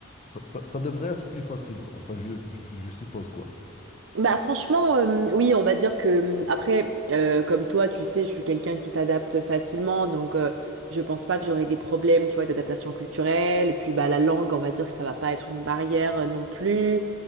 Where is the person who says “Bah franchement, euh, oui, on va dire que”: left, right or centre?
Right